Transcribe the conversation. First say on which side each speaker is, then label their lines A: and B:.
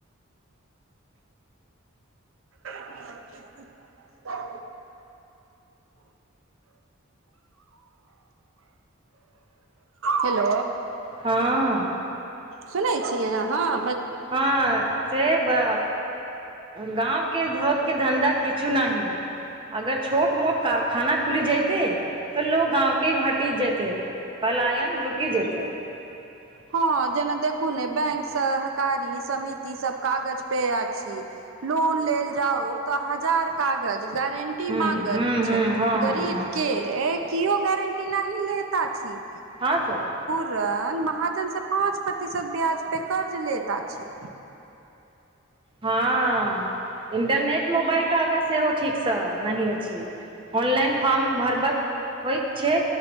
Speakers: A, on the right (about 70°); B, on the right (about 25°).
A: <unintelligible> हेलो।
B: हँ।
A: सुनै छियै अहां।
B: हँ से ब गाँव के धो क के धन्धा किछु नहि। अगर छोट मोट कारखाना खुली जैतै त लोग गाँंव के भेटि जेतै पलायन रुकि जेतै। हं
A: हँ जेना देखू ने बैंक सहकारी समिति सब कागज पर अछि। लोन लेल जाउ त हजार कागज, गारंटी टी
B: हूँ
A: माँंगैत
B: हूँ
A: छै,
B: हूँ हँ हँ
A: गरीब
B: हँ
A: के केओ गारंटी न लेता छी।
B: हँ सुन।
A: त महाजनसे पाँच प्रतिशत ब्याज पर कर्ज लेैत अछि।
B: हँ, इन्टरनेट मोबाइल टावर सेहो ठीकसँ नहि अछि। ऑनलाइन फार्म भरबक होइत छै,